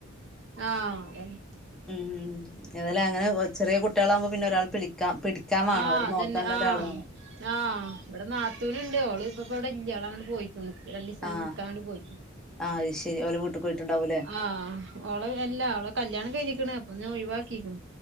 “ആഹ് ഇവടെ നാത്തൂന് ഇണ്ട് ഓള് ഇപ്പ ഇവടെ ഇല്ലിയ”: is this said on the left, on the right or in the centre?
Right